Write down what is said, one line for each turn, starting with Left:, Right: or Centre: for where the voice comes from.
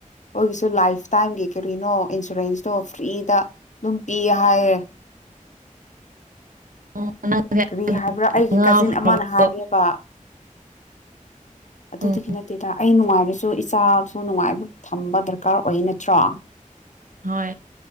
Left: ꯑꯩꯒꯤꯁꯨ ꯂꯥꯏꯐ ꯇꯥꯏꯝꯒꯤ ꯀꯔꯤꯅꯣ ꯏꯟꯁꯨꯔꯦꯟꯁꯇꯣ ꯐ꯭ꯔꯤꯗ꯫ ꯑꯗꯨꯝ ꯄꯤ ꯍꯥꯏꯍꯦ꯫
Right: ꯑꯣ ꯅꯪꯁꯦ
Left: ꯀꯔꯤ ꯍꯥꯏꯕ꯭ꯔꯥ ꯑꯩꯒꯤ
Right: ꯉꯥꯎꯈ꯭ꯔꯕꯣ
Left: ꯀꯥꯖꯤꯟ ꯑꯃꯅ ꯍꯥꯏꯒꯦ꯫ ꯕ ꯑꯗꯨ
Right: ꯎꯝ
Left: ꯅꯠꯇꯦꯗ ꯅꯨꯡꯉꯥꯏ꯫ ꯑꯗꯨꯁꯨ ꯏꯆꯥꯁꯨ ꯅꯨꯡꯉꯥꯏꯕ ꯊꯝꯕ ꯗꯔꯀꯥꯔ ꯑꯣꯏ ꯅꯠꯇ꯭ꯔꯥ꯫
Right: ꯍꯣꯏ